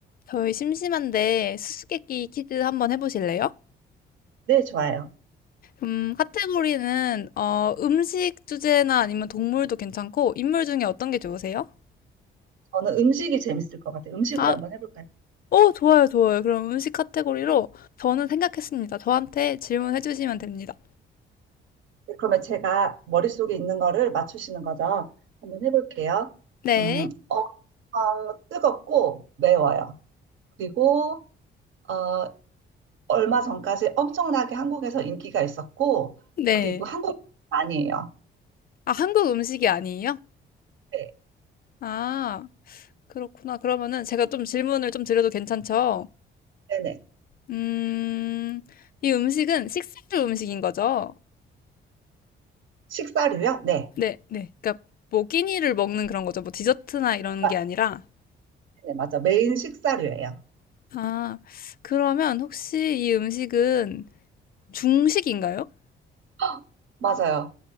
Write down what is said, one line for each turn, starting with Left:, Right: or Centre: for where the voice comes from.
Left: 저희 심심한데 수수께끼 퀴즈 한번 해보실래요?
Right: 네, 좋아요.
Left: 음, 카테고리는 어, 음식 주제나 아니면 동물도 괜찮고 인물 중에 어떤 게 좋으세요?
Right: 저는 음식이 재밌을 것 같아요. 음식으로
Left: 아,
Right: 한번 해볼까요?
Left: 어, 좋아요, 좋아요. 그럼 음식 카테고리로 저는 생각했습니다. 저한테 질문해 주시면 됩니다.
Right: 네, 그러면 제가 머릿속에 있는 거를 맞추시는 거죠. 한번 해볼게요.
Left: 네,
Right: 음, 어, 어, 뜨겁고 매워요. 그리고 어, 얼마 전까지 엄청나게 한국에서 인기가 있었고,
Left: 네.
Right: 그리고 한국 많이 해요.
Left: 아, 한국 음식이 아니에요?
Right: 네,
Left: 아, 그렇구나. 그러면은 제가 좀 질문을 좀 드려도 괜찮죠?
Right: 네네.
Left: 음, 이 음식은 식사류 음식인 거죠?
Right: 식사류요? 네.
Left: 네, 네. 그러니까 뭐 끼니를 먹는 그런 거죠. 뭐 디저트나 이런
Right: 아,
Left: 게 아니라.
Right: 네, 맞아. 메인 식사류예요.
Left: 아, 그러면 혹시 이 음식은 중식인가요?
Right: <gasps> 헉, 맞아요.